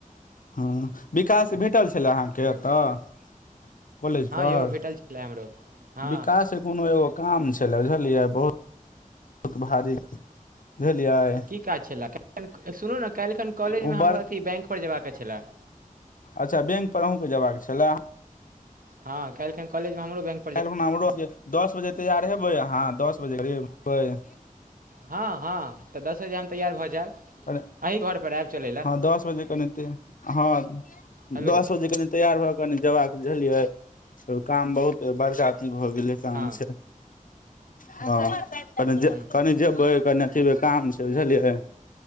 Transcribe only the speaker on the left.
हँ विकास भेटल छलए अहाँके एतऽ, कॉलेज
पर
विकास कोनो एगो काम छलै बुझलियै बहु बहुत भारी बुझलियै
ओ
बड़
अच्छा बैंक पर अहूँके जयबाक छलय
काल्हि खना हमरो दस बजे तैयार हेबै अहाँ दस बजे करेबै
अरे
हँ दस बजे केे हँ
दस बजे कऽ तैयार भऽ क ने जेबाक के झझिये काम बहुत बड़का अथी भऽ गेले काम
छै हँ
कनि जे कनि अथि मे काम छै बुझलियै